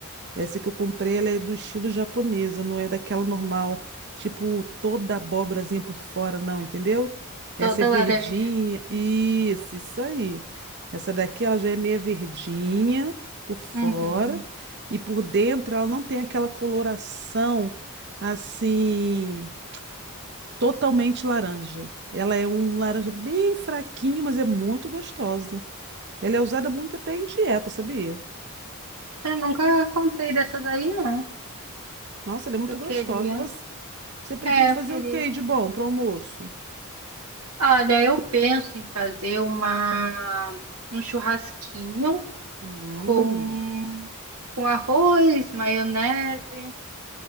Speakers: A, on the right; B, on the right.
A: Essa que eu comprei, ela é do estilo japonesa, não é daquela normal, tipo toda abobrazinha por fora, não, entendeu?
B: toda
A: Essa é verdinha,
B: laranja.
A: isso, isso aí. Essa daqui, ela já é meia verdinha por fora
B: Uhum.
A: e por dentro ela não tem aquela coloração assim totalmente laranja. Ela é um laranja bem fraquinho, mas é muito gostosa. Ela é usada muito até em dieta, sabia?
B: Eu nunca comprei dessa daí, não.
A: Nossa, ela é muito
B: Eu
A: gostosa.
B: queria.
A: E você, você pretende
B: É, eu
A: fazer
B: queria.
A: o quê de bom para almoço?
B: Olha, eu penso em fazer uma um churrasquinho
A: Hum,
B: com com arroz, maionese.